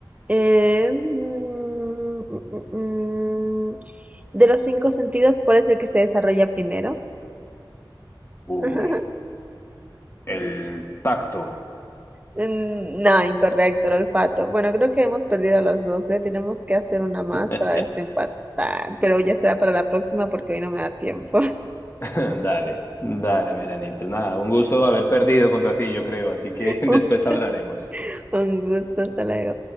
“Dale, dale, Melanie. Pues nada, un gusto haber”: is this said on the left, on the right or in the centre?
Left